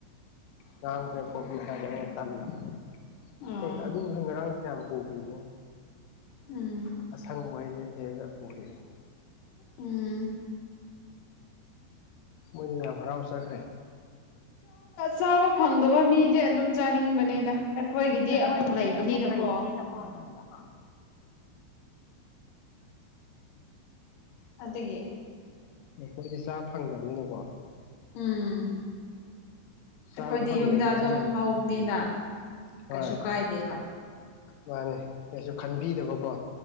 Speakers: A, on the left; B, on the left.
A: ꯉꯈ ꯀꯣꯄꯤ ꯍꯥꯏ ꯇꯜꯂꯕ
B: ꯑꯥ
A: ꯑꯦ ꯑꯗꯨꯕꯨꯁꯨ ꯉꯔꯥꯡ ꯐꯌꯥꯝ ꯄꯨꯈꯤꯕꯅꯤ
B: ꯎꯝ
A: ꯑꯁꯪꯕꯍꯩꯁꯦ ꯍꯦꯛꯑꯒ ꯄꯨꯈꯤꯑꯦ
B: ꯎꯝ
A: ꯃꯣꯏꯅ ꯌꯥꯝ ꯍꯔꯥꯎ ꯆꯠꯈ꯭ꯔꯦ
B: ꯆꯥꯕ ꯐꯪꯗꯕ ꯃꯤꯗꯤ ꯑꯗꯨꯝ ꯆꯥꯅꯤꯡꯕꯅꯦꯗ ꯑꯩꯈꯣꯏꯒꯤꯗꯤ
A: ꯑꯩꯈꯣꯏꯒꯤꯗꯤ
B: ꯑꯃꯨꯛ ꯂꯩꯕꯅꯤꯅꯀꯣ
A: ꯑꯃꯨꯛ <inaudible>
B: ꯑꯗꯨꯒꯤ
A: ꯑꯩꯈꯣꯏꯗꯤ ꯆꯥ ꯐꯪꯗꯕꯅꯤꯅꯀꯣ
B: ꯎꯝ
A: ꯆꯥꯕ
B: ꯑꯩꯈꯣꯏꯗꯤ
A: ꯐꯪꯗꯕꯁꯤ
B: ꯌꯨꯝꯗ ꯑꯗꯨꯝ
A: ꯌꯥꯝ
B: ꯍꯧꯕꯅꯤꯅ
A: ꯎꯝ
B: ꯀꯩꯁꯨ
A: ꯍꯣꯏ
B: ꯀꯥꯏꯗꯦꯕ
A: ꯃꯥꯅꯦ ꯀꯩꯁꯨ ꯈꯟꯕꯤꯗꯕꯀꯣ